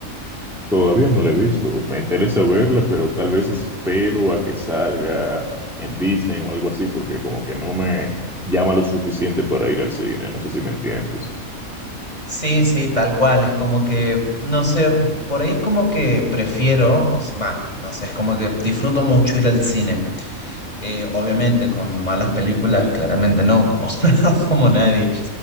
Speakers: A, in the centre; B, on the left.
A: Todavía no la he visto, me interesa verla, pero tal vez espero a que salga en Disney o algo así, porque como que no me llama lo suficiente para ir al cine, no sé si me entiendes.
B: Sí, sí, tal cual. Es como que, no sé, p- por ahí es como que prefiero, o s- va, no sé, es como que disfruto mucho ir al cine. Eh, obviamente con malas películas, claramente no, como, <laughs> como nadie